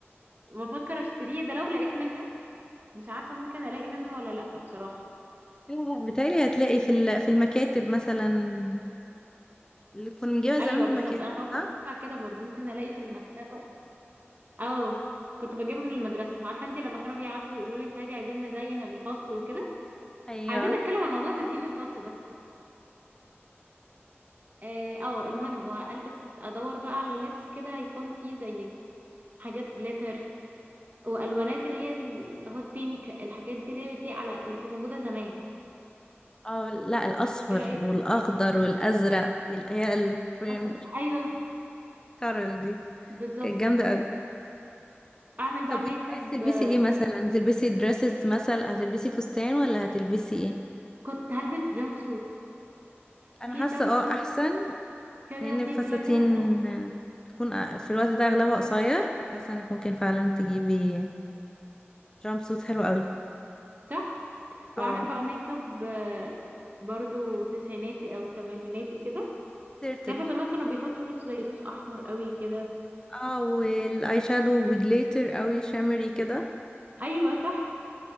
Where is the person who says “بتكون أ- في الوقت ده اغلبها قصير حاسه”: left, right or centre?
Left